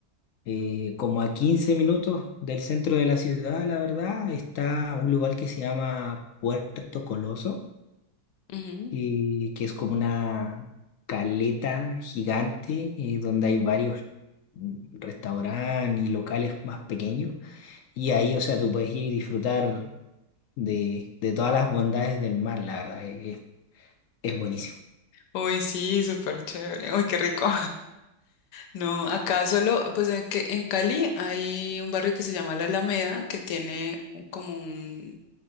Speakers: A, on the left (about 70°); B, on the left (about 85°).
A: eh, como a 15 minutos del centro de la ciudad, la verdad, está un lugar que se llama Puerto Coloso,
B: <laughs> Ujú.
A: y que es como una caleta gigante eh, donde hay varios mm, restaurantes y locales más pequeños. Y ahí, o sea, tú puedes ir y disfrutar de, de todas las bondades del mar, la verdad, es, es- buenísimo.
B: Uy, sí, súper chévere. Uy, qué rico. No, acá solo, pues en, que- en Cali hay un barrio que se llama La Alameda, que tiene un- como un,